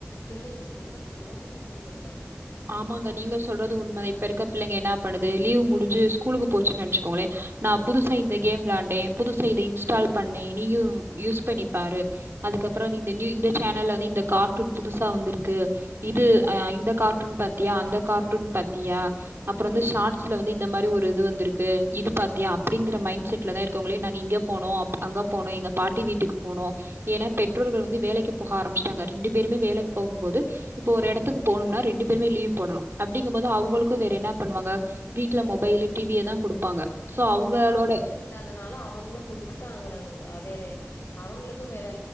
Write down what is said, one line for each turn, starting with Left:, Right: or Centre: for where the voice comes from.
Left: பிள்ளைங்க ரொம்ப டோட்டலா சேஞ்ச் ஆயிட்டாங்க
Right: ஆமாங்க நீங்க சொல்றது உண்ம இப்ப இருக்க பிள்ளைங்க என்னா பண்ணுது லீவ் முடுஞ்சு ஸ்கூலுக்கு போச்சுன் நெனச்சுக்கோங்களே நா புதுசா இந்த கேம் விளாண்டே புதுசா இத இன்ஸ்டால் பண்ணே நீயு யூஸ் பண்ணிப்பாரு அதுக்கப்பறோ இந்த நியூ இந்த சேனல்ல வந்து இந்த கார்ட்டூன் புதுசா வந்துருக்கு இது அ இந்த கார்ட் டூன் பாத்தியா அந்த கார்ட்டூன் பாத்தியா அப்றோ வந்து ஷாட்ஸ்ல வந்து இந்தமாரி ஒரு இது வந்துருக்கு இது பாத்தியா அப்டிங்கிற மைண்ட் செட்லதா இருக்கோங்ளே நாங்க இங்க போனோ அப் அங்க போனோ எங்க பாட்டி வீட்டுக்கு போனோ எனா பெற்றோர்கள் வந்து வேலைக்கு போக ஆரமிஸ்ட்டாங்க ரெண்டு பேருமே வேலைக் போகும்போது இப்ப ஒரு எடத்துக்கு போனும்னா ரெண்டு பேருமே லீவ் போடணு அப்டிங்கும்போது அவுங்குளுக்கு வேற என்ன பண்ணுவாங்க வீட்ல மொபைலு டி வியதா குடுப்பாங்க சோ அவங்களோட
Left: வேற ஆப்ஷன் இல்லாதனால அவங்களு குடுத்துதா ஆகறாங்க அ வேற அவங்களுக்கு வேற